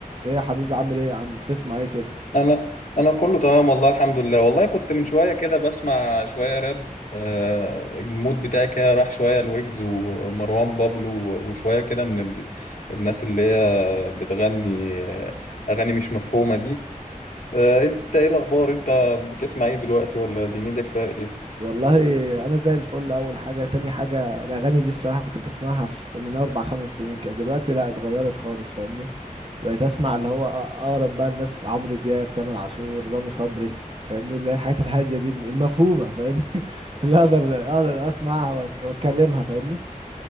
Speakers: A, on the right; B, on the left.
A: ايه يا حبيبي عامل ايه يا عم بتسمع ايه كده
B: انا انا كله تمام والله الحمد لله والله كنت من شويه كده بسمع شويه راب آه المود بتاعي كده راح شويه لويجز ومروان بابلو وشويه كده من ال... الناس اللي هي بتغني آه اغاني مش مفهومه دي آه انت ايه الاخبار انت بتسمع ايه دلوقتي ولا دنيتك فيها ايه
A: والله انا زي الفل اول حاجه تاني حاجه الاغاني دي الصراحه كنت بسمعها في من اربع خمس سنين كده دلوقتي لا اتغيرت خالص فاهمني بقيت اسمع اللي هو أ- اقرب بقى الناس عمرو دياب تامر عاشور رامي صبري فاهمني اللي هي الحاجات الهاديه دي المفهومه فاهمني <laughs> اللي اقدر اقدر اسمعها وأك- واتكلمها فاهمني